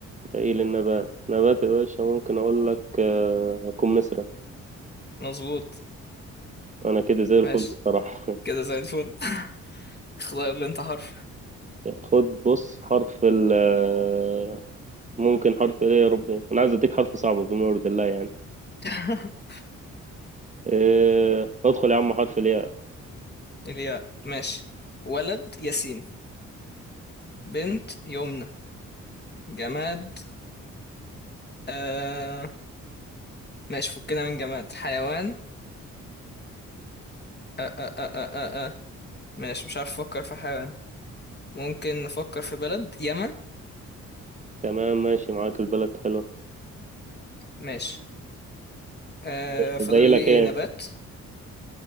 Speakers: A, on the right; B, on the left.
A: باقي للنبات نبات يا باشا ممكن أقول لك آه، كمثرى
B: مظبوط
A: أنا كده زي الفل
B: ماشي
A: بصراحة
B: كده زي الفل <laughs> اختار لي انت حرف
A: <laughs> خد بص حرف ال آه، ممكن حرف إيه يا ربي أنا عايز أديك حرف صعب بما يرضي الله يعني
B: <laughs>
A: آه، ادخل يا عم حرف الياء
B: الياء ماشي ولد ياسين بنت يمنى جماد آه ماشي فكنا من جماد حيوان آه آه آه آه آه آه. ماشي مش عارف افكر في حيوان ممكن نفكر في بلد يمن
A: تمام ماشي معاك البلد حلو
B: ماشي آه فاضل
A: باقي لك
B: لي ايه
A: إيه
B: نبات